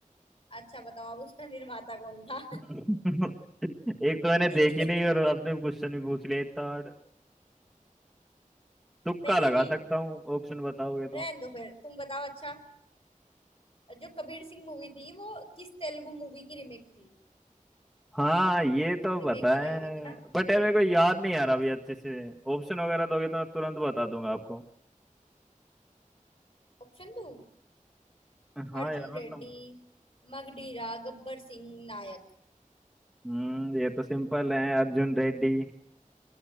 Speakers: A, on the left; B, in the centre.
A: अच्छा बताओ अब उसका निर्माता कौन था
B: <laughs> एक तो मैंने
A: <laughs>
B: देखी नहीं और आपने क्वेश्चन भी पूछ लिया इतना hard। तुक्का
A: नहीं देखी
B: लगा सकता हूँ ऑप्शन बताओगे तो।
A: रहने दो फिर तुम बताओ अच्छा जो कबीर सिंह मूवी थी वो किस तेलुगु मूवी की रीमेक थी
B: हाँ ये तो
A: रीमेक
B: पता
A: बनाई
B: है
A: हुई थी ना
B: बट यार मेरे को याद नहीं आ रहा अभी अच्छे से ऑप्शन वगैरह दोगे तो मैं तुरंत बता दूंगा आपको
A: ऑप्शन दो
B: हाँ
A: अर्जुन
B: यार मतलब
A: रेड्डी मगडीरा गब्बर सिंह नायक
B: हम्म ये तो सिंपल है अर्जुन रेड्डी